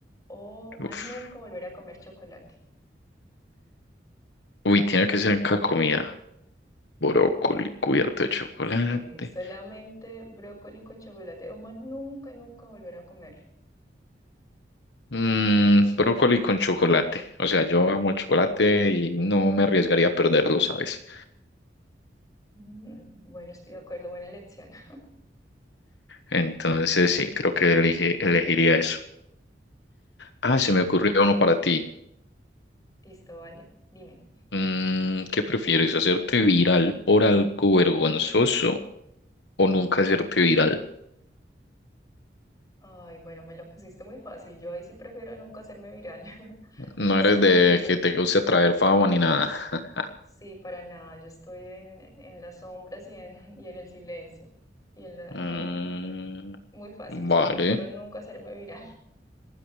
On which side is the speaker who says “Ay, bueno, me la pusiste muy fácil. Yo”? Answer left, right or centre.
Left